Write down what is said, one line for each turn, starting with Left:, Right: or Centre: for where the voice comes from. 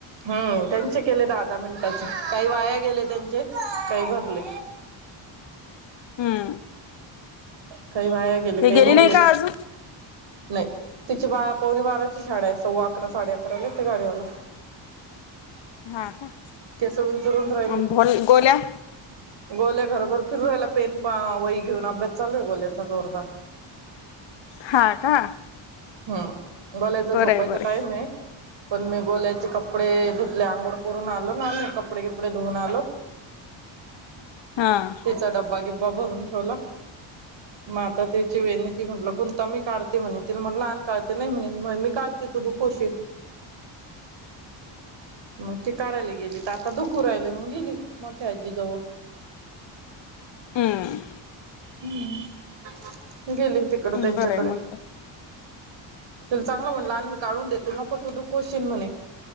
Right: हम् त्यांचे केले दहा-दहा मिनिटाचे काही वाया गेले त्यांचे. काही भरले.
Left: हम्म.
Right: काही वाया गेले काही
Left: हे गेली
Right: भरले.
Left: नाही का अजून
Right: नाही तिची बारा पवणी बाराची शाळा आहे. सव्वा अकरा साडे अकराला येत गाडीवाला.
Left: हा का.
Right: केस सोडून फिरून राहिली
Left: आणि भोल
Right: ती
Left: गोल्या
Right: गोल्या घरभर. फिरुन राहीला पेन वही घेऊन. अभ्यास चालू आहे गोल्याचा जोरदार.
Left: हा का.
Right: हम्म गोल्याच झोपायचं
Left: बरं आहे बरं
Right: टाईम आहे. पण मी गोल्याचे कप कपडे धुतले. आंघोळ करून आलो ना आम्ही. कपडे बीपडे धुऊून आलो.
Left: हां
Right: तिचा डब्बा गिब्बा भरून ठेवला. म आता तिची वेणी. म्हटलं गुंता ममी काढतो. ते म्हणल मग आण काढते. नाही म्हणे. मी काढते तु दुखवशील. मग ती काढायला गेली. तर आता दुखून राहिल. मग गेली मोठ्या आजीजवळ.
Left: हम्म.
Right: हम् गेली तिकडं
Left: हं,
Right: त्यांच्याकडे.
Left: बरं आहे मग काय.
Right: तुला चांगलं म्हणलं. आणि मी काढून देते. नको तू दुखशील म्हणे.